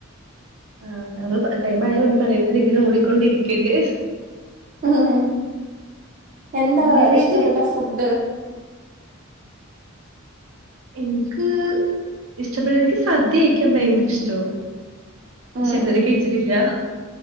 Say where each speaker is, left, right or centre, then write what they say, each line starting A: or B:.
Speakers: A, on the right; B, on the right.
A: ആഹാ ങ്ങൾ പ ടൈമായ ഒന്നും പറയണം ഇതില് ഇങ്ങനെ ഓടിക്കൊണ്ടിരിക്കല്ലെ
B: ഹും ഉം എന്താ
A: മാര്യേജ്
B: ഇഷ്ടപ്പെട്ട ഫുഡ്ഡ്?
A: എനിക്ക് ഇഷ്ടപ്പെടണങ്കി സദ്യ കഴിക്കാൻ ഭയങ്കര ഇഷ്ടമാണ്.
B: ഉം
A: ക്ഷെ ഇതുവരെ
B: ഉം
A: കഴിച്ചിട്ടില്ല.